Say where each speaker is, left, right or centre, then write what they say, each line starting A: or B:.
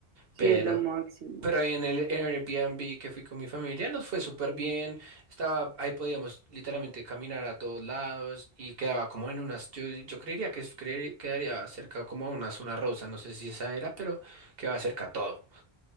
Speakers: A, on the right; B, on the right.
A: Sí,
B: pero
A: es lo máximo.
B: pero ahí en el Airbnb que fui con mi familia nos fue súper bien. Estaba, ahí podíamos literalmente caminar a todos lados y quedaba como en unas, yo, yo creería que es- creer- quedaría cerca como a una zona rosa, no sé si esa era, pero quedaba cerca a todo.